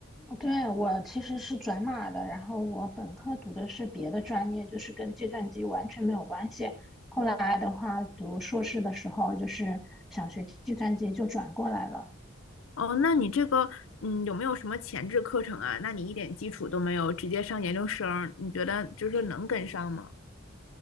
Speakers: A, in the centre; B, on the left.
A: 对，我其实是转码的，然后我本科读的是别的专业，就是跟计算机完全没有关系。后来的话，读硕士的时候就是想学计算机，就转过来了。
B: 哦，那你这个，嗯，有没有什么前置课程啊？那你一点基础都没有，直接上研究生，你觉得就是说能跟上吗？